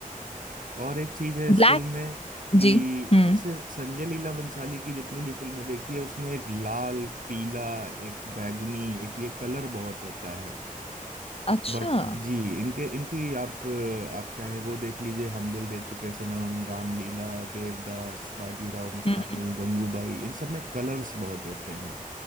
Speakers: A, on the right; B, on the left.
A: और एक चीज है इस
B: ब्लैक
A: फिल्म में कि
B: जी हम्म
A: जैसे संजय लीला बंसाली की जितनी भी फिल्में देखी है उसमें एक लाल पीला एक बैगनी एक ये कलर बहुत होता है
B: अच्छा
A: बट
B: हम्म
A: जी इनके इनकी आप आप चाहे वो देख लीजिए हम दिल दे चुके सनम रामलीला देवदास बाजीराव मस्तानी
B: हम्म,
A: गंगूबाई इन सब में कलर्स बहुत होते हैं